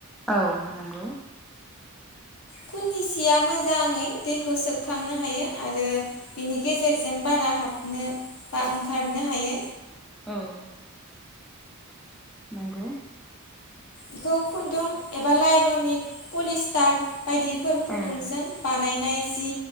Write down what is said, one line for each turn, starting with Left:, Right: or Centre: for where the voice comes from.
Centre: औ नंगौ।
Left: खुननि सिया मोजाङै दैखौ सोबखांनो हायो आरो बिनि गेजेरजों बारा हाबनो बा ओंखारनो हायो।
Centre: औ नंगौ।
Left: इखौ खुन्दुं एबा लाइल'नि पलिस्टार बायदिफोर खुन्दुंजों
Centre: औ
Left: बानायनाय जि